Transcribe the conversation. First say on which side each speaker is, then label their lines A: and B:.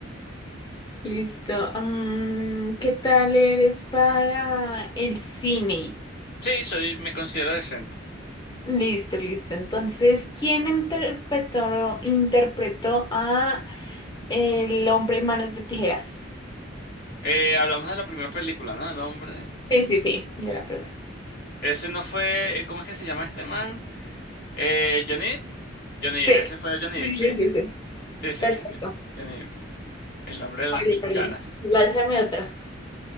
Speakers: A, on the left; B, on the left.
A: Listo. Mm, ¿qué tal eres para el cine?
B: Sí, soy, me considero decente.
A: Listo, listo. Entonces, ¿quién interpretó, interpretó a El hombre manos de tijeras?
B: Eh, hablamos de la primera película, ¿no? El hombre.
A: Sí, sí, sí, de la primera.
B: Ese no fue, ¿cómo es que se llama este man? Eh, Johnny Depp. Johnny Depp,
A: Sí,
B: ese fue Johnny
A: sí,
B: Depp, sí.
A: sí, sí, sí.
B: Sí, sí,
A: Perfecto.
B: sí. ya- ya ni- el nombre de las
A: Vale,
B: mil
A: vale.
B: caras.
A: Lánzame otra.